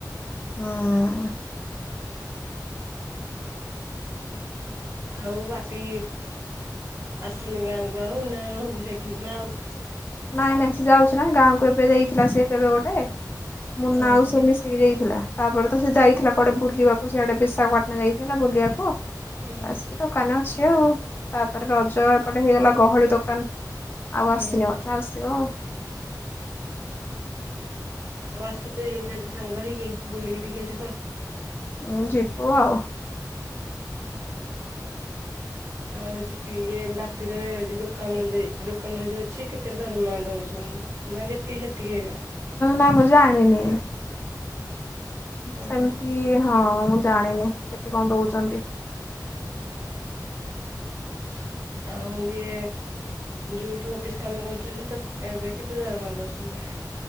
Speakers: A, on the left (about 30°); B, on the right (about 40°).
A: ହଁ।
B: ଆଉ ବାପି ଆସୁନି ଗାଆଁକୁ ଆଉ ନା ରହୁ ସେଠି ନା ଆଉ
A: ନାଇଁ ନାଇଁ ସେ ଯାଉଛି ନା ଗାଁକୁ ଏବେ ଯାଇଥିଲା ସିଏ କେବେ ଗୋଟେ। ମୁନା
B: ଓହୋ
A: ଆଉ ସେ ମିଶିକି ଯାଇଥିଲା। ତାପରେ ତ ସେ ଯାଇଥିଲା କୁଆଡେ ବୁଲିବାକୁ ସିଆଡେ ବିଶାଖପାଟନା ଯାଇଥିଲା ବୁଲିବାକୁ।
B: ହୁଁ
A: ଆସିକି ଦୋକାନରେ ଅଛି ଆଉ ତାପରେ ରଜ ଏପଟେ ହେଇଗଲା ଗହଳି ଦୋକାନ। ଆଉ
B: ହୁଁ।
A: ଆସିନି <inaudible> ଆସିବ।
B: ଆଉ ଆସ ଦିଜଣ ଯାଙ୍କ ସାଙ୍ଗ ହେଇକି ବୁଲିକି ଟିକେ ଯିବ।
A: ଉଁ ଯିବୁ ଆଉ।
B: <inaudible> ଆଉ ହଉଛି ଇଏ ବାପିର ଯୋଉ ଦୋକାନ ଦେଇ ଦୋକାନରେ ଯୋଉ ଅଛି କେତେ ଦରମା ଦଉଛନ ନା ଯେତିକି ସେତିକି ଏ
A: ନା ମୁଁ ଜାଣିନି
B: ହଁ
A: ସେମିତି ହଁ। ମୁଁ ଜାଣିନି କେତେ କଣ ଦଉଛନ୍ତି।
B: <unintelligible> ଆଉ ଇଏ ଯୋଉ ତୁ ଅଫିସ କାମ କରୁଛୁ ତ ଏବେ କେତେ ଦରମା ଦଉସୁନ୍ତି। <unintelligible>